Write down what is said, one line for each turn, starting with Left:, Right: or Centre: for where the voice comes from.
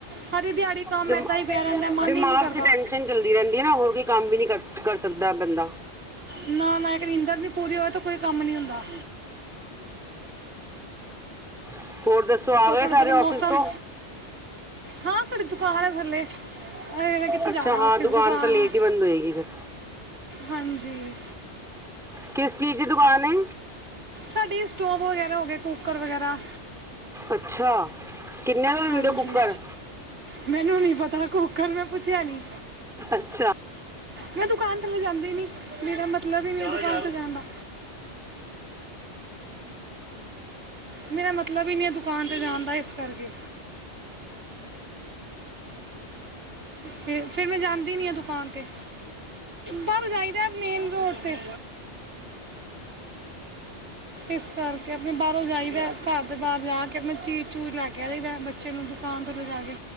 Right: ਸਾਰੀ ਦਿਹਾੜੀ ਕੰਮ
Centre: ਦਿਮਾ-ਦਿਮਾਗ
Right: ਏਦਾਂ ਹੀ ਪਿਆ ਰਹਿੰਦਾ ਮਨ ਹੀ ਨਹੀਂ ਕਰਦਾ
Centre: ਚ ਟੈਸ਼ਨ ਚੱਲਦੀ ਰਹਿੰਦੀ ਏ ਨਾ ਹੋਰ ਕੋਈ ਕੰਮ ਵੀ ਨਹੀਂ ਕਰ ਸਕਦਾ ਬੰਦਾ।
Right: ਨਾ ਨਾ ਇੱਕ ਨੀਂਦਰ ਨਹੀਂ ਪੂਰੀ ਹੋਏ ਤਾਂ ਕੋਈ ਕੰਮ ਨਹੀਂ ਹੁੰਦਾ
Centre: ਹੂੰ ਹੋਰ ਦੱਸੋ ਆ ਗਏ
Right: ਤੁਹਾਡੇ
Centre: ਸਾਰੇ
Right: ਉਧਰ
Centre: ਔਫਿਸ
Right: ਮੌਸਮ
Centre: ਤੋਂ।
Right: ਹਾਂ ਸਾਡੀ ਦੁਕਾਨ ਹੈ ਥੱਲੇ। ਇਹਨੇ ਕਿੱਥੇ
Centre: ਅੱਛਾ
Right: ਜਾਣਾ
Centre: ਹਾਂ
Right: ਆਫਿਸ
Centre: ਦੁਕਾਨ ਤਾਂ ਲੇਟ
Right: ਹੈ
Centre: ਹੀ ਬੰਦ ਹੋਏਗੀ ਫਿਰ।
Right: ਹਾਂਜੀ।
Centre: ਕਿਸ ਚੀਜ਼ ਦੀ ਦੁਕਾਨ ਹੈ
Right: ਸਾਡੇ ਸਟੋਵ ਵਗੈਰਾ ਹੋ ਗਿਆ ਕੂਕਰ ਵਗੈਰਾ
Centre: ਅੱਛਾ ਕਿੰਨੇ ਦਾ
Right: ਹਾਂਜੀ
Centre: ਦਿੰਦੇ ਓ ਕੁੱਕਰ।
Right: ਮੈਨੂੰ ਨਹੀਂ ਪਤਾ ਕੁੱਕਰ ਮੈਂ ਪੁੱਛਿਆ ਨਹੀਂ
Centre: ਅੱਛਾ
Right: ਮੈਂ ਦੁਕਾਨ ਥਲੇ ਜਾਦੀ ਨੀ ਮੇਰਾ ਮਤਲਬ ਹੀ ਨੀ ਦੁਕਾਨ ਤੇ ਜਾਣ ਦਾ ਮੇਰਾ ਮਤਲਬ ਹੀ ਨਹੀਂ ਦੁਕਾਨ ਤੇ ਜਾਣ ਦਾ ਇਸ ਕਰਕੇ ਫਿਰ ਮੈਂ ਜਾਂਦੀ ਨੀ ਆ ਦੁਕਾਨ ਤੇ ਬਾਹਰੋਂ ਜਾਈਦਾ ਮੇਨ ਰੋਡ ਤੇ ਇਸ ਕਰਕੇ ਆਪਣੇ ਬਾਹਰੋਂ ਜਾਈਦਾ ਘਰ ਦੇ ਬਾਹਰ ਜਾ ਕੇ ਆਪਣਾ ਚੀਜ਼ ਚੂਜ ਲੈ ਕੇ ਜਾਈਦਾ ਬੱਚੇ ਨੂੰ ਦੁਕਾਨ ਤੋਂ ਲਿਜਾ ਕੇ